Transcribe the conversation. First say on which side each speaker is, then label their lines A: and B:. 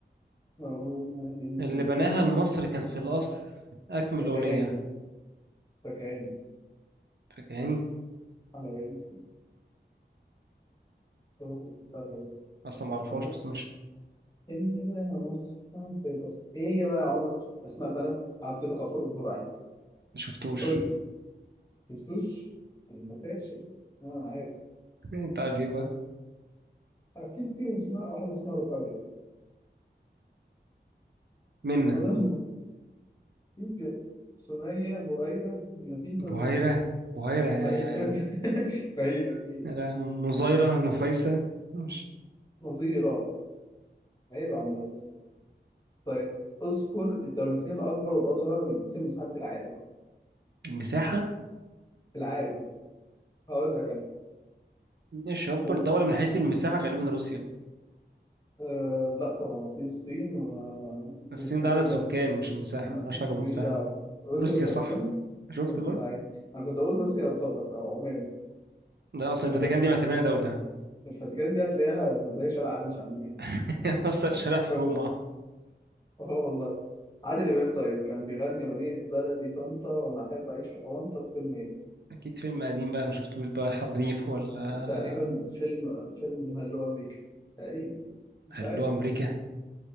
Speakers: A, on the left; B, on the right.
A: أقول عادي،
B: اللي بناها لمصر كان في الأصل أكمل
A: فكهاني
B: أغنية
A: فكهاني
B: فاكراني
A: على وين صوت <laughs> طرب.
B: أصلا معرفهاش
A: طب
B: بس مش
A: اني وانا مسكن في الأس ايه يا بقى يا عمر اسماء بنات عبد الغفور البرعي
B: مشفتوش
A: قول لي شفتوش انت فاشل انا عارف
B: أنت عارف إيه بقى
A: اكيد فيهم اسماء واحده اسمها رقية
B: منا
A: اظن اكيد فيهم. سنية بهيرة نفيسة
B: بهيرة
A: نظيرة
B: بهيرة يا-
A: بهي... <laughs> بهيرة بهيرة
B: يا- نظيرة نفيسة مش
A: نظيرة عيب يا عمور طيب اذكر الدولتين الأكبر والأصغر من حيث المساحات في العالم
B: المساحة
A: في العالم هقول لك أنا
B: مش أكبر
A: قول
B: دولة من حيث المساحة غالبا روسيا
A: آه لا طبعا أكيد الصين و...
B: الصين
A: واسمه
B: ده عدد
A: إيه
B: سكان
A: ده؟
B: مش المساحة
A: ما-
B: مالهاش
A: ماليش
B: علاقة بالمساحة
A: دعوة روسيا
B: روسيا
A: والفاتيكان
B: صح شفت
A: يا ابن
B: بقى
A: اللعيب أنا كنت أقول روسيا أو قطر أو عمان
B: ده أصل الفاتيكان
A: إيه ده؟
B: دي معتبرينها دولة
A: الفاتيكان دي هتلاقيها زي شارع عريش عندنا هنا
B: <laughs> أصلا شارع
A: <laughs>
B: في
A: ف-
B: روما
A: آه والله عادل إمام طيب كان بيغني أغنية بلدي طنطا وأنا أحب أعيش في أونطا في فيلم
B: أكيد فيلم قديم بقى أنا شفتوش بقى الحريف ولا
A: تقريبا فيلم فيلم هلو امريكا تقريبا مش
B: هلو
A: عارف
B: أمريكا